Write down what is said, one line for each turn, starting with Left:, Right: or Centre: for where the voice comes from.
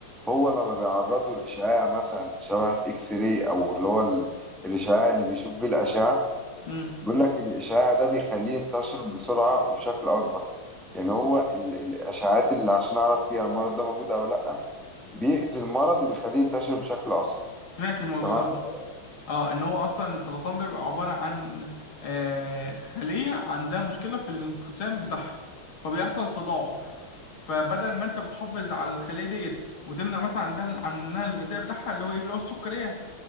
Centre: هو لما بيعرضه لإشعاع مثلا شبه إكس راي أو اللي هو ال- الإشعاع اللي بيشوف بيه الأشعة
Left: امم
Centre: بيقول لك الإشعاع ده بيخليه ينتشر بسرعة وبشكل أكبر يعني هو ال- الإشعاعات اللي عشان أعرف فيها المرض ده موجود أو لأ بيأذي المرض وبيخليه ينتشر بشكل أسرع
Left: سمعت الموضوع
Centre: سمعت
Left: ده
Centre: المرض؟
Left: اه ان هو اصلا السرطان ده بيبقى عبارة عن آه، خلية عندها مشكلة في الانقسام بتاعها فبيحصل تضاعف فبدل ما انت بتحافظ على الخلية ديت وتمنع مثلا عندها عنها الغذاء بتاعها اللي هو ايه اللي هو السكريات